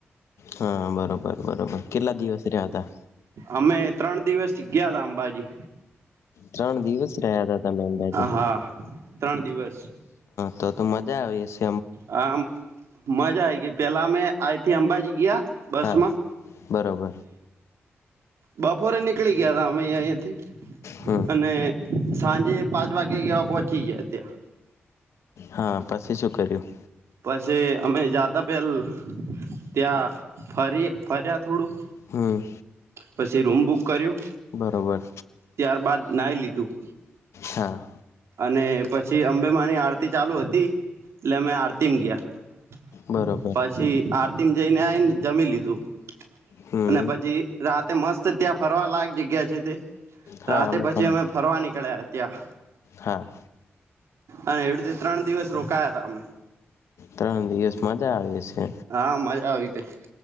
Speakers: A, on the left; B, on the right.
A: હા બરોબર બરોબર કેટલા દિવસ રહ્યા હતા.
B: અમે ત્રણ દિવસ ગયા તા અંબાજી.
A: ત્રણ દિવસ રહ્યા ત તમે અંદાજા.
B: હા ત્રણ દિવસ
A: તો તો મજા આવીશે
B: હ મજા આઈ ગઈ પેલા મેં આઈથી અંબાજી ગયા બસ
A: હા
B: માં
A: બરોબર.
B: બપોરે નીકળી ગયા હતા અમે અહીયાયાથી
A: હમ
B: અને સાંજે પાંચ વાગે કેવા પહોંચી ગયા અત્યાં
A: હા પછી શું કર્યું
B: પછી અમે જાતા પહેલ ત્યાં ફરી ફર્યા થોડું
A: હમ
B: પછી રૂમ બુક કર્યું
A: બરોબર
B: ત્યારબાદ નાઈ લીધું
A: હા
B: અને પછી અંબેમાની આરતી ચાલુ હતી એટલે મેમે આરતીમ ગયા
A: બરોબર
B: પછી આરતીમ જઈને આવીઈને જમી લીધું
A: હમ
B: અને પછી રાતે મસ્ત ત્યાં ફરવા લાયક જગ્યા છે તે
A: હા
B: રાતે પછી
A: પણ
B: અમે ફરવા નીકળ્યા ત્યાં
A: હા
B: અને એવી રીતે ત્રણ દિવસ રોકાયા હતા અમે
A: ત્રણ દિવસ મજા આવી હશે.
B: હા મજા આવી ગઈ